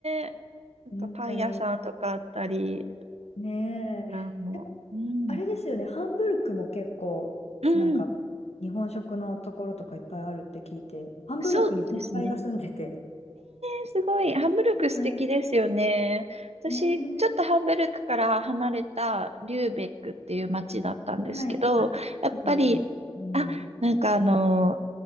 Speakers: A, on the right; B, on the left.
A: え。なんかパン屋さんとかあったり、
B: 本当に
A: レ
B: ねえ。
A: ストランも。
B: でもあれですよね、
A: うん。
B: ハンブルクも結構、
A: うん。
B: なんか、日本食のところとかいっぱいあるって聞いて、ハンブルクに先輩が住んでて。
A: そうですね。ねえーすごい。ハンブルク素敵ですよね。
B: うん
A: 私、
B: ね
A: ちょっとハンブルクから離れたリューベックっていう街だったんですけど、
B: え、はい。あ、聞いたことあるかも。
A: やっぱり、
B: うん。
A: あ、なんかあの、